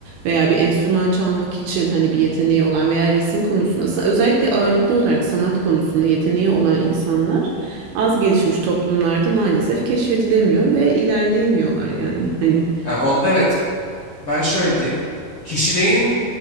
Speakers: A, on the right; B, on the left.
A: veya bir enstrüman çalmak için hani bir yeteneği olan veya resim konusunda sa- özellikle ağırlıklı olarak sanat konusunda yeteneği olan insanlar az gelişmiş toplumlarda maalesef keşfedilemiyor ve ilerleyemiyorlar yani. Hani
B: E, onda evet. ben şöyle diyeyim. Kişiliğin